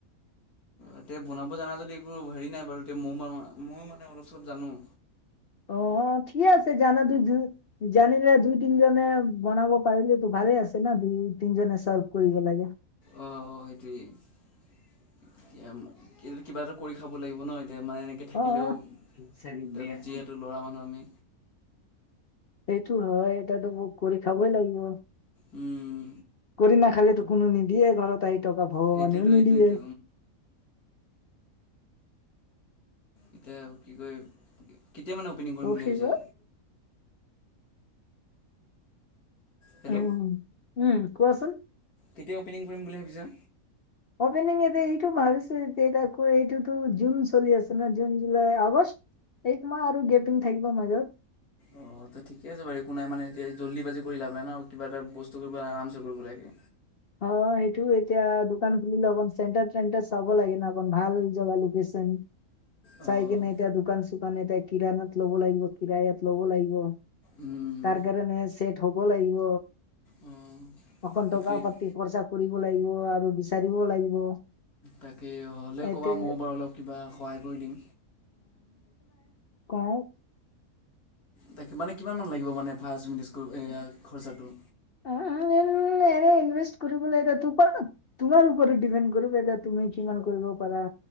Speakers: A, on the left; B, on the left.
A: এতিয়া বনাব জানা যদি একো হেৰি নাই বাৰু, <unintelligible> ময়ো মানে অলপ, চলপ জানোঁ।
B: অ', অ', ঠিক আছে, জানা যদি, জানিলে দুই, তিনিজনে বনাব পাৰিলেতো ভা ভালে আছে না, দুই, তিনিজনে চলৰ্ভ কৰিব লাগে।
A: অঁ সেইটোৱেই <unintelligible> কিবা এটা কৰি খাব লাগিব ন <unintelligible> এনেকে থাকিলেও
B: অ'
A: যিহেতু ল'ৰা মানুহ আমি
B: সেইটো হয়, এতিয়াটো ক-কৰি খাবই লাগিব।
A: উম।
B: কৰি নাখালেতো কোনো নিদিয়ে ঘৰত আহি। <unintelligible> ভগবানেয়ো
A: সেইটোৱেতো
B: নিদিয়ে।
A: সেইটোৱেতো এতিয়া কি কয়, কেতিয়া মানে অপেনিং কৰিম
B: অ'
A: বুলি
B: সেই
A: ভাৱিছা? হেল্ল'।
B: উম উম, কোৱাচোন।
A: কেতিয়া অপেনিং কৰিম বুলি ভাৱিছা?
B: অপেনিং এতিয়া এইটো ভাৱিছো যেনকে এইটোতো জুন চলি আছে ন, জুন, জুলাই, আগষ্ট। একমাহ আৰু গেপিং থাকিব মাজত।
A: অ', তে ঠিক ঠিক আছে বাৰু একো নাই মানে, এতিয়া জলদিবাজি কৰি লাভ নাই ন, কিবা এটা বস্তু কৰিব আৰামছে কৰিব লাগে।
B: অ', সেইটো এতিয়া দোকান খুলিলে অকন চেণ্টাৰ-টেনটাৰ চাব লাগে ন, অকন ভাল। জাগা-লোকেচন,
A: অঁ
B: চাই কিনে এতিয়া দোকান দোকান এটা কিৰানত ল'ব লাগিব, কিৰায়াত ল'ব লাগিব,
A: উম
B: তাৰ কাৰণে শ্বেট হ'ব লাগিব,
A: অঁ
B: অকন
A: সেইটোৱেইতো
B: টকা-পাতি <unintelligible> কৰিব লাগিব আৰু বিচাৰিব লাগিব।
A: তাকে হ'লে
B: এতিয়া
A: ক'বা, ময়ো বাৰু অলপ কিবা সহায় কৰি দিম।
B: কওক।
A: তাকে মানে কিমান মান লাগিব মানে ফাৰ্ষ্ট মেনেজ কৰিব এইয়া খৰচাটো?
B: এনে এনে ইনভেষ্ট কৰিবলৈ এতিয়া ত <unintelligible> তোমাৰ ওপৰত ডিপেণ্ড কৰিব এতিয়া তুমি কিমান কৰিব পাৰা।